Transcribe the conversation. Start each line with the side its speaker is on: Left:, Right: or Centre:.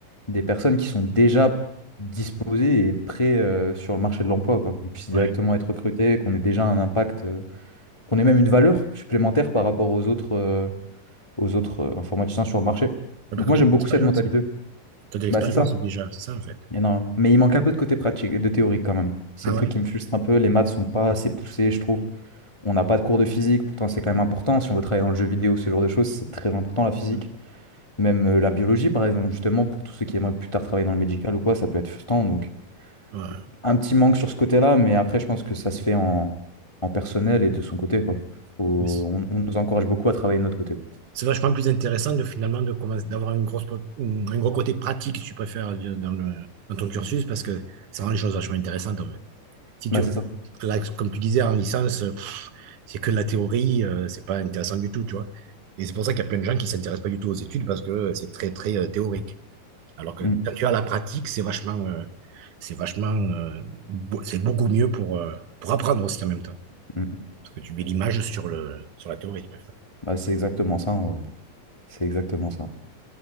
Left: des personnes qui sont déjà disposées et prêtes euh, sur le marché de l'emploi, quoi. Qu'on puisse directement
Right: ouais.
Left: être recruté, qu'on ait déjà un impact, euh, qu'on ait même une valeur supplémentaire par rapport aux autres, euh, aux autres euh, informaticiens sur le marché.
Right: Ah, Parce
Left: Donc moi
Right: que t'as
Left: j'aime
Right: de
Left: beaucoup
Right: l'expérience.
Left: cette mentalité.
Right: hein. T'as de l'expérience
Left: Bah c'est ça,
Right: déjà, c'est ça en fait.
Left: énormément. Mais il manque un peu de côté pratique, de théorie quand même. C'est
Right: Ah
Left: le
Right: ouais.
Left: truc qui me frustre un peu. Les maths sont pas assez poussées, je trouve. On n'a pas de cours de physique, pourtant c'est quand même important. Si on veut travailler dans le jeu vidéo, ce genre de choses, c'est très important la physique.
Right: Ouais.
Left: Même euh, la biologie, par exemple, justement, pour tous ceux qui aimeraient plus tard travailler dans le médical ou quoi, ça peut être frustrant. Donc,
Right: Ouais.
Left: un petit manque sur ce côté-là, mais après, je pense que ça se fait en, en personnel et de son côté, quoi. Faut-
Right: Mais c'est
Left: on, on nous encourage beaucoup à travailler de notre côté.
Right: c'est vachement plus intéressant de finalement de commencer d'avoir une grosse po- une- un gros côté pratique, si tu préfères, de- dans le, dans ton cursus, parce que ça rend les choses vachement intéressantes en fait. Si
Left: Bah,
Right: tu
Left: c'est ça.
Right: là, comme tu disais en licence, euh, pff, c'est que de la théorie, euh, c'est pas intéressant du tout, tu vois. Et c'est pour ça qu'il y a plein de gens qui s'intéressent pas du tout aux études parce que euh, c'est très très euh, théorique. Alors que
Left: Mm,
Right: quand tu as la pratique, c'est vachement, euh, c'est vachement, euh, bo- c'est beaucoup mieux pour, euh, pour apprendre aussi en même temps.
Left: mm.
Right: Parce que tu mets l'image sur le, sur la théorie. tu préfères.
Left: Bah, c'est exactement ça, en vrai. C'est exactement ça.